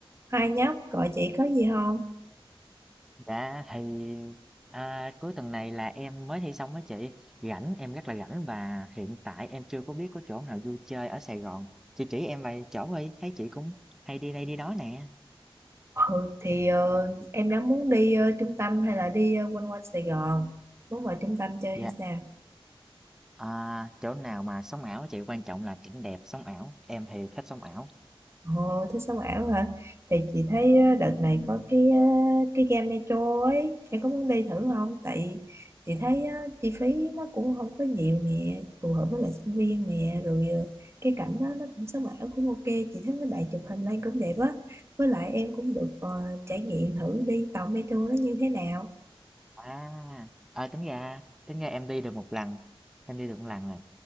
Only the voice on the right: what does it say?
Hai nhóc gọi chị có gì không?
Ừ thì ờ, em đã muốn đi ờ, trung tâm hay là đi ờ, quanh quanh Sài Gòn muốn vào trung tâm chơi
hay sao?
Ồ thích sống ảo hả? Thì chị thấy ờ, đợt này có cái ờ, cái ga metro ấy em có muốn đi thử không? Tại chị thấy ờ, chi phí nó cũng không có nhiều nè phù hợp với lại sinh viên nè rồi ờ, cái cảnh đó nó cũng sống ảo cũng ok chị thấy mấy bạn chụp hình lên cũng đẹp á với lại em cũng được ờ, trải nghiệm thử đi tàu metro nó như thế nào